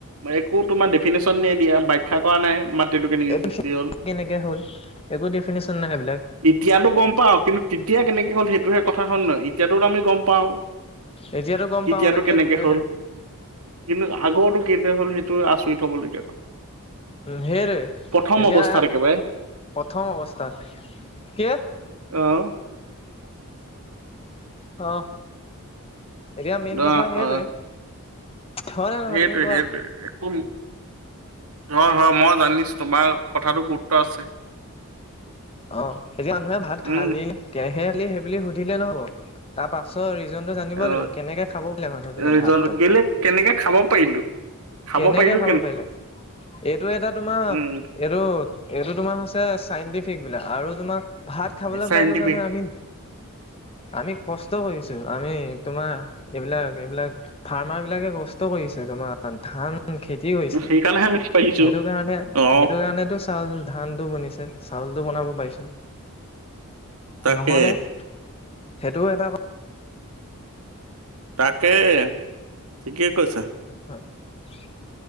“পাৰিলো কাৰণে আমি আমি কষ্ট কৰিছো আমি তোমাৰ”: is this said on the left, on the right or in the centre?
Left